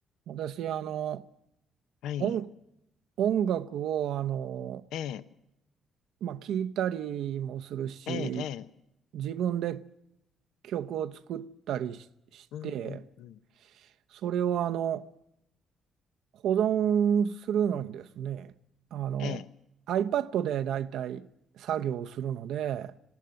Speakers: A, on the right; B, on the left.
A: 私、あの、
B: はい。
A: 音、音楽を、あの、
B: ええ、
A: まあ、聞いたりもするし、
B: ええ、ええ、
A: 自分で曲を作ったりし、して、
B: うん、うん、うん。
A: それを、あの、保存するのにですね、あの、
B: ええ、
A: iPad でだいたい作業をするので、